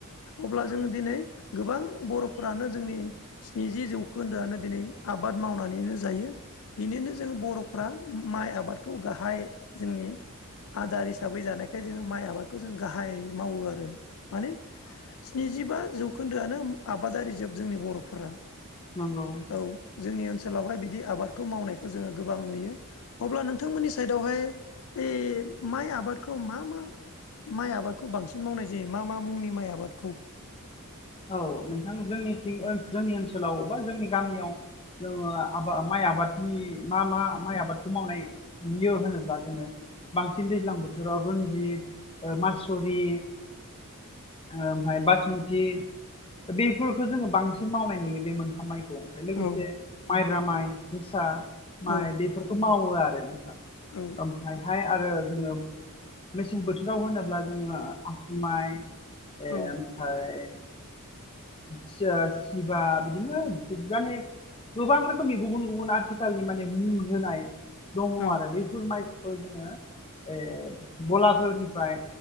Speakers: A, on the left (about 65°); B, on the left (about 25°).
A: अब्ला जोङो दिनै गोबां बर'फोरानो जोंनि स्निजि जौखोन्दोआनो दिनै आबाद आबाद मावनानैनो जायो बेनिनो जों बर'फ्रा माइ आबादखौ गाहाय जोंनि आदार हिसाबै जानायखाय जोङो माइ आबादखौ जों गाहाय मावो आरो माने स्निजिबा जौखोन्दोआनो आबादारि जोब जोंनि बर'फोरा
B: नंगौ
A: औ जोंनि ओनसोलावहाय बिदि आबादखौ मावनायखौ जोङो गोबां नुयो अब्ला नोंथांमोननि साइडावहाय ओइ माइ आबादखौ मा मा माइ आबादखौ बांसिन मावनाय जायो मा मा मुंनि माइ आबादखौ?
B: औ नोंथां जोंनिं जोंनि ओनसोलाव बा जोंनि गामियाव। जोङो आबाद माइ आबादनि मा मा माइ आबादखौ मावनाय नुयो होनोब्ला जोङो। बांसिन दैज्लां बोथोराव रनजित मासुरि ओमफ्राय बासमथि दा बेफोरखौ जोङो बांसिन मावनाय नुयो बे मोनथाम माइखौ ओमफ्राय लोगोसे
A: औ
B: माइब्रा माइ जोसा माइ
A: औ
B: बेफोरखौ मावो आरो नोंथां
A: औ
B: ओमफ्राय बेहाय आरो जोङो मेसें बोथोराव होनोब्ला जोङो आसुमाइ ए
A: औ
B: ओमफफ्राय सि सिभा बिदिनो बुबबानि गोबां रोखोमनि गुबुन गुबुन आथिखालनि माने मुं होनाय दङ
A: औ
B: आरो बे माइखौ जोङो ए बलाफोरनिफ्राय